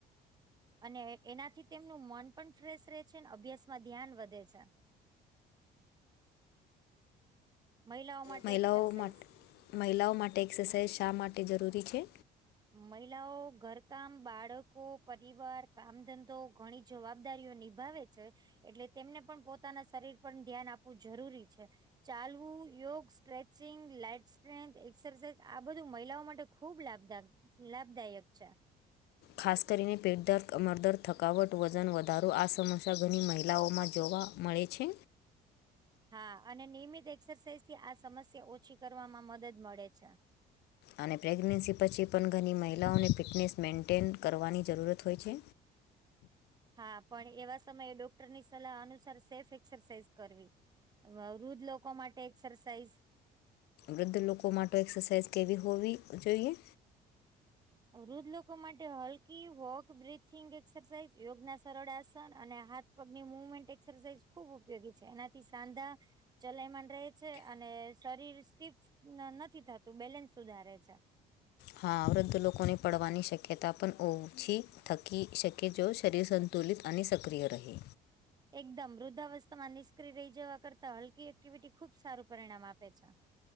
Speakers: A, on the right; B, on the left.
A: અને એનાથી તેમનું મન પણ ફ્રેશ રહે છે ને અભ્યાસ માં ધ્યાન વધે છે મહિલાઓ માટે
B: મહિલાઓ
A: એક્સરસાઇઝ
B: માટે મહિલાઓ માટે એક્સરસાઇઝ શા માટે જરૂરી છે
A: મહિલાઓ ઘરકામ બાળકો પરિવાર કામ ધંધો ઘણી જવાબદારીઓ નિભાવે છે એટલે તેમને પણ પોતાના શરીર પર ધ્યાન આપવું જરૂરી છે ચાલવું યોગ સ્ટ્રેચિંગ લાઈટ સ્ટ્રેન્થ એક્સરસાઇઝ આ બધું મહિલાઓ માટે ખૂબ લાભદા લાભદાયક છે
B: ખાસ કરીને પેટદર કમરદર થકાવટ વજન વધારો આ સમસ્યા ઘણી મહિલાઓમાં જોવા મળે છે
A: હા અને નિયમિત એક્સરસાઇઝ થી આ સમસ્યા ઓછી કરવામાં મદદ મળે છે
B: અને પ્રેગ્નન્સી પછી પણ ઘરની મહિલાઓને ફિટનેસ મેન્ટેન કરવાની જરૂરત હોય છે
A: હા પણ એવા સમયે ડોક્ટર ની સલાહ અનુસાર સેફ એક્સરસાઇઝ કરવી વૃધ્ધ લોકો માટે એક્સરસાઇઝ
B: વૃદ્ધ લોકો માટે એક્સરસાઇઝ કેવી હોવી જોઈએ
A: વૃદ્ધ લોકો માટે હલકી વોક બિથિંગ એક્સરસાઇઝ યોગના સરળ આસન અને હાથ પગની મુવમેન્ટ એસરસાઇઝ ખૂબ ઉપયોગી છે એનાથી સાંધા ચલાયમન રહે છે અને શરીર સ્ટીફ નથી થતું બેલેન્સ સુધારે છે
B: હા વૃદ્ધ લોકોને પડવાની શક્યતા પણ ઓછી થકી શકે જો શરીર સન સંતુલિત અને સક્રિય રહે
A: એકદમ વૃદ્ધાવસ્થામાં નિષ્ક્રય રહી જવા કરતા હલકી એક્ટિવિટી ખુબ સારું પરિણામ આપે છે